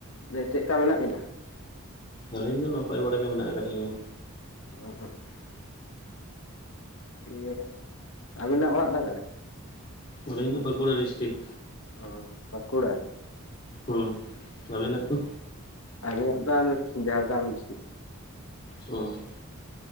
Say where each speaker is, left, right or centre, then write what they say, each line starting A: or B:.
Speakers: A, on the left (about 70°); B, on the left (about 40°).
A: ᱪᱮᱫ ᱞᱮᱠᱟ ᱢᱮᱱᱟᱜ ᱵᱮᱱᱟ?
B: ᱟᱹᱞᱤᱧ ᱫᱚ ᱱᱟᱯᱟᱭ ᱵᱟᱲᱟ ᱜᱮ ᱢᱮᱱᱟᱜ ᱟᱠᱟᱫ ᱞᱤᱧᱟᱹ᱾
A: <unintelligible> ᱤᱭᱟᱹ ᱨᱮ᱾ ᱟᱹᱵᱤᱱᱟᱜ ᱚᱲᱟᱜ ᱫᱚ ᱚᱠᱟ ᱨᱮ?
B: ᱟᱹᱞᱤᱧ ᱫᱚ ᱵᱟᱸᱠᱩᱲᱟ ᱰᱤᱥᱴᱤᱠ᱾
A: ᱚ ᱵᱟᱸᱠᱩᱲᱟ?
B: ᱦᱩᱸ
A: ᱚ
B: ᱟᱹᱵᱤᱱᱟᱜ ᱫᱚ
A: ᱟᱞᱤᱧᱟᱜ ᱫᱚ <unintelligible> ᱡᱷᱟᱲᱜᱨᱟᱢ ᱰᱤᱥᱴᱤᱠ᱾
B: ᱦᱩᱸ᱾